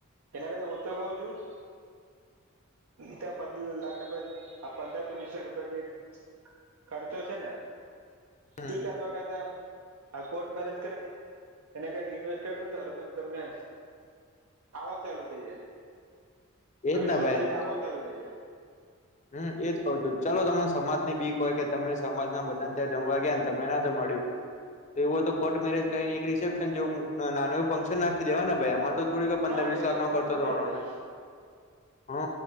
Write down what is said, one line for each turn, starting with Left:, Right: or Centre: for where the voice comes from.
Right: છે કર હું કઉ છું તો પંદર લાખ રૂપિયા પંદર કે વીસ લાખ રૂપિયા જે ખર્ચો છે ને
Left: હમ
Right: ઈ કરવા કરતા આ કોર્ટ મેરેજ કરીને એને ક્યાંક ઇન્વેસ્ટ કરી દ હરમેન તમને આવક ચાલુ થઇ ની
Left: એજ
Right: વીસ
Left: ને ભાઈ
Right: હજાર આવક ચાલુ થઈ જાય.
Left: હમ એજ કઉું તું ચાલો તમને સમાજની બીક હોય કે તમે સમાજ ના બધાને ત્યાં જમવા ગયા ને તમે ના જમાડય્યું તો એવું તો કોર્ટ મેરેજ કને રિસેપશન જે એ ફંક્શન નાખી દેવા ને ભાઈ આમાં તો થોડીક પંદર
Right: હા
Left: વીસ
Right: બે
Left: લાખનો
Right: પાંચ લાખમાં
Left: ખર્ચો થવાનો
Right: થઈ જાય
Left: છે હ